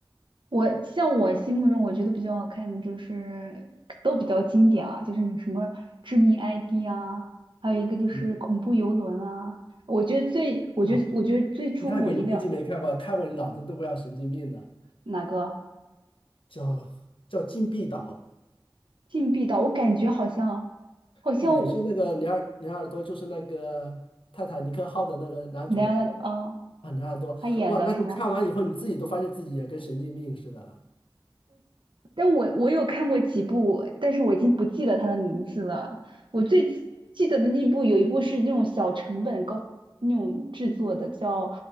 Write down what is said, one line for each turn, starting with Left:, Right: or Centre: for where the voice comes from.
Right: 我像我心目中我觉得比较好看的就是都比较经典啊，就是有什么《致命 ID》啊，还有一个就是《恐怖游轮》啊。
Left: 嗯，
Right: 我觉得最，我觉得我觉得最出乎我意料，
Left: 啊，那个你估计没看过，看过你脑子都快要神经病的，
Right: 哪个
Left: 叫叫禁闭岛，
Right: 《禁闭岛》？我感觉好像好像
Left: 也是那个尼尔尼尔多，就是那个泰坦尼克号的那个男主人
Right: 莱昂纳多啊，
Left: 啊，尼尔多，
Right: 他演的是吗？
Left: 哇，那个看完以后你自己都发现自己也跟神经病似的了。
Right: 但我我有看过几部，但是我已经不记得它的名字了。我最记记得的那部有一部是那种小成本高那种制作的，叫